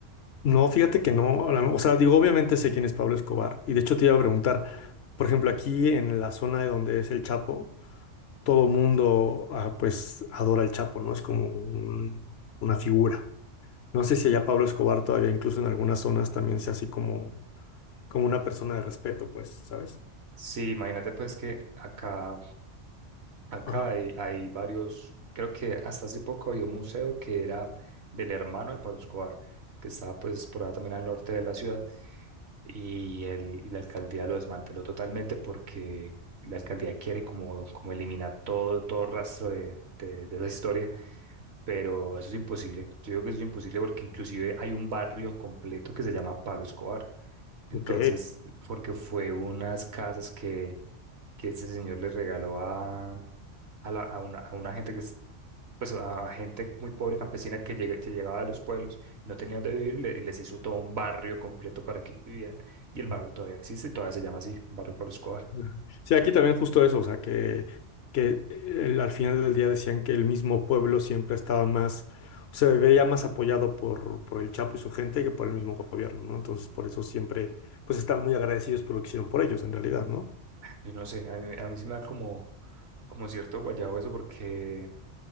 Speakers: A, on the left; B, on the right.
A: No, fíjate que no, a la- o sea, digo, obviamente sé quién es Pablo Escobar, y de hecho te iba a preguntar, por ejemplo, aquí en la zona de donde es el Chapo, todo mundo, ah, pues, adora al Chapo, ¿no? Es como un- una figura. No sé si allá Pablo Escobar todavía, incluso en algunas zonas, también sea así como, como una persona de respeto, pues, ¿sabes?
B: Sí, imagínate pues que acá, acá
A: Ajá,
B: hay, hay varios, creo que hasta hace poco había un museo que era del hermano de Pablo Escobar, que estaba pues por allá también al norte de la ciudad, y, el, y la alcaldía lo desmanteló totalmente porque la alcaldía quiere como, como eliminar todo, todo rastro de, de, de esa historia. pero eso es imposible. Yo digo que eso es imposible porque inclusive hay un barrio completo que se llama Pablo Escobar. Entonces,
A: ok.
B: porque fue unas casas que, que este señor le regaló a, a, la- a una, a una gente que es, pues a gente muy pobre campesina que, llega- que llegaba de los pueblos y no tenía dónde vivir y, le- y les hizo todo un barrio completo para que ellos vivieran. Y el barrio todavía existe, todavía se llama así, Barrio Pablo Escobar.
A: Ujú. Sí, aquí también justo eso, o sea, que, que eh, al final del día decían que el mismo pueblo siempre estaba más, se veía más apoyado por, por el Chapo y su gente que por el mismo gobierno, ¿no? Entonces, por eso siempre, pues están muy agradecidos por lo que hicieron por ellos, en realidad, ¿no?
B: Yo no sé, a mí, a mí sí me da como, como cierto guayabo eso porque